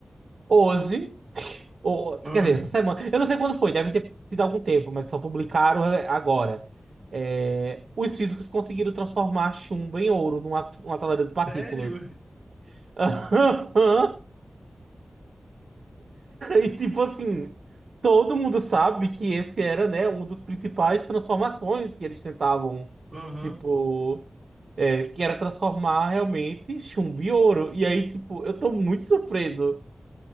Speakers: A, on the right (about 75°); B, on the right (about 35°).
A: Hoje. Ou, quer
B: Ah,
A: dizer, essa semana. Eu não sei quando foi, deve ter sido algum tempo, mas só publicaram é, agora. É, os físicos conseguiram transformar chumbo em ouro numa, numa acelerador de partículas.
B: sério?
A: <laughs> E tipo assim, todo mundo sabe que esse era, né, um dos principais transformações que eles tentavam.
B: Aham,
A: Tipo, é, que era transformar realmente chumbo em ouro. E aí, tipo, eu tô muito surpreso.